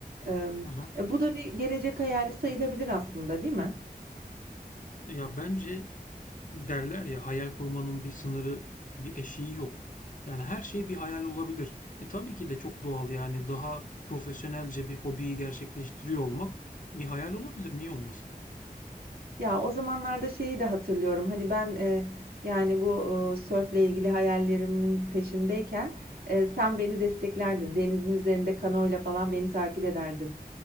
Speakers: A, on the right; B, on the left.
A: Eee,
B: Hı hı.
A: e, bu da bir gelecek hayali sayılabilir aslında, değil mi?
B: Ya bence derler ya hayal kurmanın bir sınırı, bir eşiği yok. Yani her şey bir hayal olabilir. E tabii ki de çok doğal yani daha profesyonelce bir hobiyi gerçekleştiriyor olmak bir hayal olabilir. Niye olmasın?
A: Ya o zamanlarda şeyi de hatırlıyorum. Hani ben e, yani bu e, sörfle ilgili hayallerimin peşindeyken e, sen beni desteklerdin. Denizin üzerinde kanoyla falan beni takip ederdin.